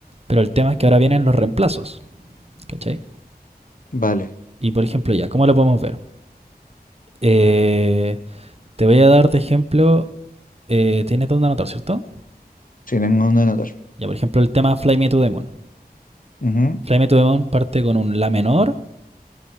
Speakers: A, on the right; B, on the left.
A: pero el tema es que ahora vienen los reemplazos, ¿cachai?
B: Vale,
A: Y por ejemplo, ya, ¿cómo lo podemos ver? Eh, te voy a dar de ejemplo, eh, tienes dónde anotar, ¿cierto?
B: sí, tengo donde anotar.
A: Ya, por ejemplo, el tema Fly Me to the Moon.
B: Ujú,
A: Fly Me to the Moon parte con un La menor